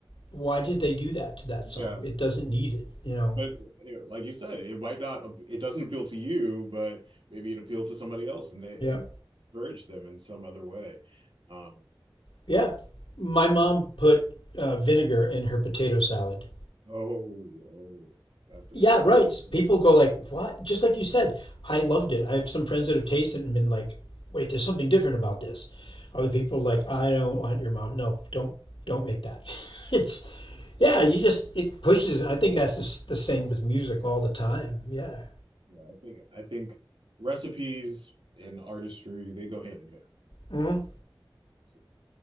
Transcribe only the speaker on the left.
Why did they do that to that
song? It doesn't need it, you know.
Yeah,
yeah. My mom put uh, vinegar in her potato salad.
Yeah,
right. People go like, "What?" Just like you said, I loved it. I have some friends that have tasted it and been like, "Wait, there's something different about this." Other people like, "I don't want your mom. No, don't don't make that." <laughs> it's yeah, you just it pushes it. I think that's the, s- the same with music all the time. Yeah.
hmm